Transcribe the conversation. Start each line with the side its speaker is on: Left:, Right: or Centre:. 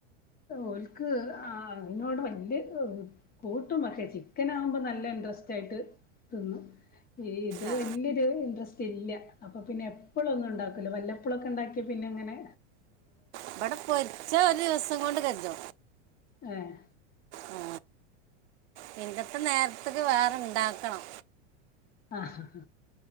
Left: ഓൾക്ക് ആ അയിനോട് വല്യ ഈഹ് കൂട്ടും പക്ഷെ ചിക്കനാവുമ്പോ നല്ല ഇൻ്ററെസ്റ്റ് ആയിട്ട് തിന്നും ഇത്
Right: ആ
Left: വല്യയൊരു ഇൻട്രസ് റ്റില്ല അപ്പൊ പിന്നെ എപ്പളൊന്നും ഉണ്ടാക്കല്ല വല്ലപ്പളൊക്കെ ഉണ്ടാക്കിയ പിന്നെ എങ്ങനെ
Right: ഇവടെ പൊരിച്ച ഒരുവസം കൊണ്ട് ക <unintelligible>
Left: ആഹ്
Right: ആ പിന്നെ ഇപ്പം നേർത്തക്ക് വേറെ ഇണ്ടാക്കണം
Left: ആഹഹ